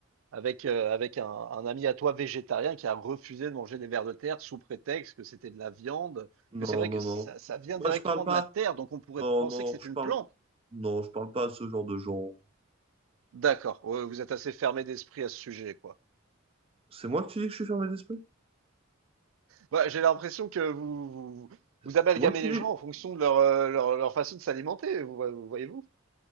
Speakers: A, on the right; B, on the right.
A: avec, euh, avec un, un ami à toi végétarien qui a refusé de manger des vers de terre sous prétexte que c'était de la viande, que
B: Non,
A: c'est vrai que
B: non,
A: ça,
B: non.
A: ça vient
B: Moi,
A: directement
B: je parle pas.
A: de la terre, donc on pourrait
B: Non,
A: penser
B: non,
A: que c'est
B: je
A: une
B: parle.
A: plante.
B: Non, je parle pas à ce genre de gens.
A: D'accord, Ouais, vous êtes assez fermé d'esprit à ce sujet, quoi.
B: C'est moi qui dis que je suis fermé d'esprit?
A: Bah, j'ai l'impression que vous, vous, vous amalgamez
B: C'est moi qui
A: les
B: dis.
A: gens en fonction de leur, euh, leur, leur façon de s'alimenter, vous, vous voyez-vous?